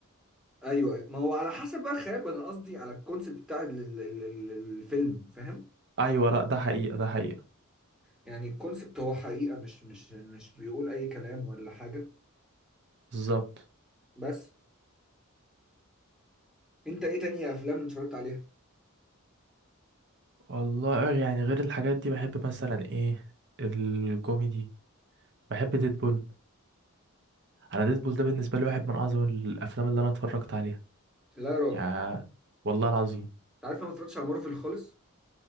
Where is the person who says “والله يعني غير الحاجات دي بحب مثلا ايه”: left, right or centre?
Right